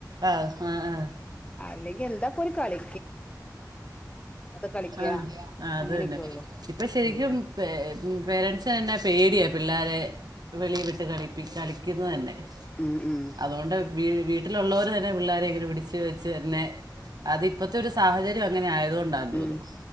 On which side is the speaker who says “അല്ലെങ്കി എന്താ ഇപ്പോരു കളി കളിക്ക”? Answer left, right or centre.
Left